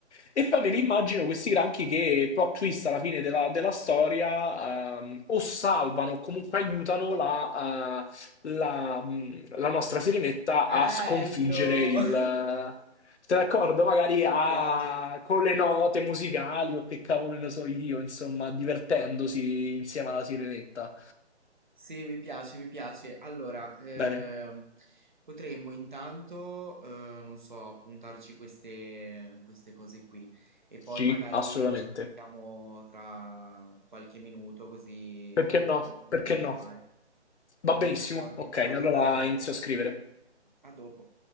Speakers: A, on the left (about 70°); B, on the right (about 45°).
A: E poi me li immagino questi granchi che, plot twist alla fine della, della storia, ehm, o salvano o comunque aiutano la, eh, la, mh, la nostra sirenetta
B: Bello!
A: a sconfiggere il...
B: <laughs>
A: Sei d'accordo?
B: Mi
A: Magari
B: mi
A: a-
B: piace.
A: con le note musicali o che cavolo ne so io, insomma, divertendosi insieme alla sirenetta.
B: Sì, mi piace, mi piace. Allora, ehm,
A: Bene.
B: potremmo intanto, eh, non so, puntarci queste, queste cose qui e
A: Sì,
B: poi magari
A: assolutamente.
B: ci sentiamo tra qualche minuto così
A: Perché
B: vediamo
A: no?
B: come
A: Perché
B: continuare.
A: no? Va benissimo.
B: D'accordo,
A: Ok,
B: allora
A: allora
B: a dopo,
A: inizio a scrivere.
B: a dopo.